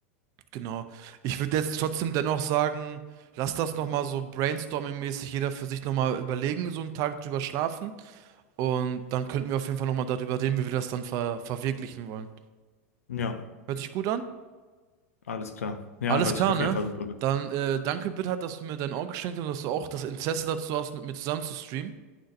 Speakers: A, on the right; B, on the left.
A: Genau. Ich würde jetzt trotzdem dennoch sagen, lass das nochmal so brainstorming-mäßig jeder für sich nochmal überlegen, so einen Tag drüber schlafen. Und dann könnten wir auf jeden Fall nochmal darüber reden, wie wir das dann ver verwirklichen wollen.
B: Ja,
A: Hört sich gut an?
B: alles klar. Ja,
A: Alles
B: hört
A: klar,
B: sich auf
A: ne?
B: jeden Fall super an.
A: Dann äh, danke, Bitter, dass du mir dein Ohr geschenkt hast und dass du auch das Interesse dazu hast, mit mir zusammen zu streamen.